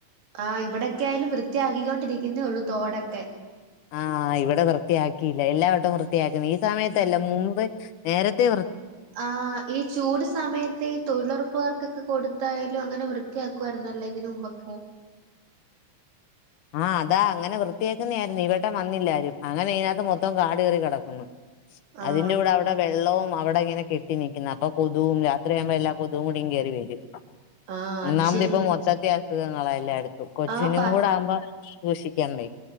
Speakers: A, on the right; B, on the left.
A: ആ ഇവിടെൊക്കെ ആയാലും വൃത്തിയാക്കിക്കൊണ്ടിരിക്കുന്നേ ഉള്ളൂ തോടൊക്കെ
B: ആഹ ഇവിടെ വൃത്തിയാക്കിയില്ല എല്ലാവ വട്ടം വൃത്തിയാക്കുന്നു ഈ സമയത്തല്ല മുമ്പ് നേരത്തെൃ
A: ആ ഈ ചൂട് സമയത്ത് ഈ തൊഴിലുറപ്പുകാർക്കൊക്കെ കൊടു ായാലും അങ്ങനെ വൃത്തിയാക്കുായിരുന്നല്ലോ ഇതിനന് മുമ്പൊക്കെ
B: ആഹ് അതാ അങ്ങനെ വൃത്തിയാക്കുന്ന ആയിരുന്നു ഇവട്ടം വന്നില്ലാരരും അങ്ങനെ അതിനകത്ത് മൊത്തം കാട് കയറി കിടക്കുന്നു
A: ആഹ്
B: അതിന്റെ കൂടെ അവിടെ വെള്ളവും അവിടെ ഇങ്ങനെ കെട്ടി നിക്കുന്ന അപ്പൊ കൊതും രാത്രിയാ്യുമ്പോ എല്ലാ കൊതും കൂടി കയറി വരും
A: ആഹ് അത്
B: നമ
A: ശരിയാ
B: ലപ്പ വത്തത്ത അസുഖങ്ങളെല്ലാം എടുത്തു കൊച്ചിനും
A: ആഹ്
B: കൂടെ ആകുമ്പോ സൂക്ഷിക്കണ്ടേ